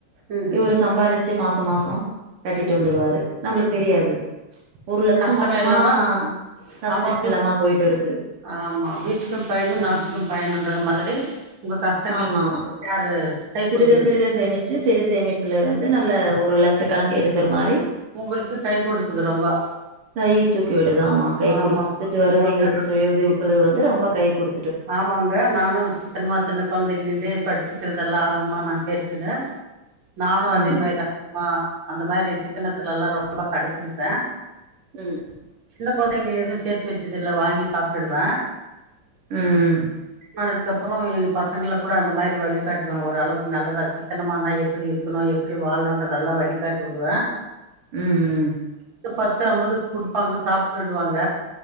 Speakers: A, on the right; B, on the right.
A: ம் ம்
B: இவுரு சம்பாரிச் ச்சு மாசோ மாசோ கட்டிட்டு
A: ம்
B: வந்துறுவாரு
A: ம்
B: நம்பளுக்கு
A: ம்
B: தெரியாது
A: ம்
B: ஒரு லட்சோ
A: கஷ்டமே
B: மொத்தமா
A: இல்லாம
B: கஷ்டோ
A: ஆமா
B: இல்லாம போயிட்ருக்கு
A: ஆமா வீட்டுக்கு பயனு நாட்டுக்கு பயனுன்ற மாதிரி ஒங்க கஷ்டங்கள்
B: ஆமா
A: யாரு கை
B: சிறுக
A: குடுக்குது
B: சிறுக சேமிச்சு சிறு சேமிப்புல இருந்து நல்ல ஒரு லட்ச கணக்கு எடுக்கற மாரி
A: ஒங்களுக்கு கை கொடுக்குது ரொம்ப
B: கை தூக்கி விடுது ஆமா கை
A: ஆமா
B: குடுத்துட்டு
A: ஆமா
B: வருது
A: ஆமாங்க
B: எங்களுக்கு சுய உதவி குழு வந்து ரொம்ப கை குடு
A: ஆமாங்க நானும் சிக்கனமா ஆமாங்க நானு சிக்கனமா சின்ன கொழந்தைல இருந்தே படிச்சுக்கிறதெல்லா ஆர்வமா நா கேட்டுக்குனு நானு
B: ம்
A: அதே மாரி ஆர்வமா அந்த மாரி சிக்கனத்துல எல்லா ரொம்ப கடப்பிடிப்பே
B: ம்
A: சின்ன கொழந்தங்கல்ல எது சேத்து வச்சதில்ல வாங்கி சாப்ட்டுடுவே
B: ம்
A: ஆனதுக்குப்பறோ எங்க பசங்கள கூட அந்த மாரி வழி காட்டுவே ஓரளவுக்கு நல்லதா சிக்கனமானா எப்டி இரு கனு எப்டி வாழணுன்றதல்லா வழிகாட்டி வுடுவே
B: ம்
A: இங்க பத்து ஐம்பது குடுப்பாங்க சாப்டுடுவாங்க